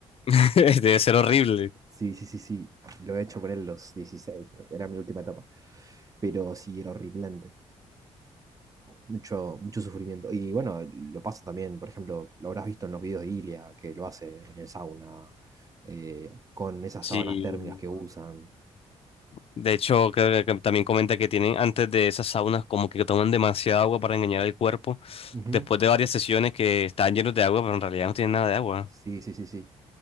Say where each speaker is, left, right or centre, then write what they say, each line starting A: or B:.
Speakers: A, on the left (about 50°); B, on the right (about 25°).
A: <laughs> Debe ser horrible.
B: Sí, sí, sí, sí. Lo he hecho por él los 16, creo que era mi última etapa. Pero sí, era horripilante. Mucho, mucho sufrimiento. Y bueno, lo pasa también, por ejemplo, lo habrás visto en los videos de Ilia, que lo hace en el sauna, eh, con esas
A: Sí.
B: sábanas térmicas que usan.
A: De hecho, creo que, que también comenta que tienen antes de esas saunas como que toman demasiada agua para engañar al cuerpo.
B: Ujú.
A: Después de varias sesiones que están llenos de agua, pero en realidad no tienen nada de agua.
B: Sí, sí, sí, sí.